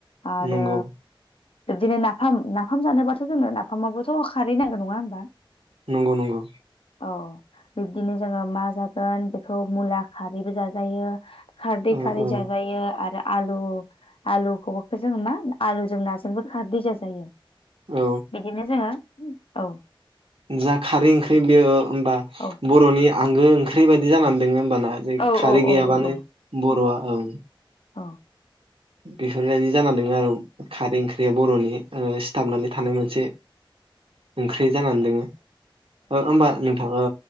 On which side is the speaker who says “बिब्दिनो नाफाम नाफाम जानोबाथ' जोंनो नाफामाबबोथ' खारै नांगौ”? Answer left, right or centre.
Left